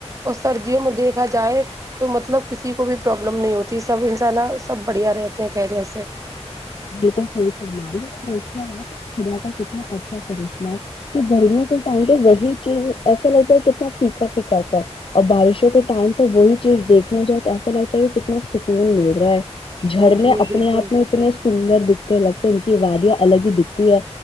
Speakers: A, on the right; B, on the left.
A: اور سردیوں میں دیکھا جائے تو مطلب کسی کو بھی پرابلم نہیں ہوتی سب انشاء اللہ سب بڑھیا رہتے ہیں خیریت سے
B: بالکل صحیح فرما رہی ہے اپ <unintelligible> خدا کا کتنا اچھا کرشمہ ہے کہ گرمی کے ٹائم پہ وہی چیز ایسا لگتا ہے کتنا پھیکا پھیکاتا ہے اور بارشوں کے ٹائم پ وہی چیز دیکھنے جاؤ ایسا لگتا ہے کہ کتنا سکون مل رہا ہے جھرنے
A: جی
B: اپنے
A: بالکل
B: آپ میں اتنے سندر دکھتے لگتے ہیں ان کی وادیاں الگ ہی دکھتی ہے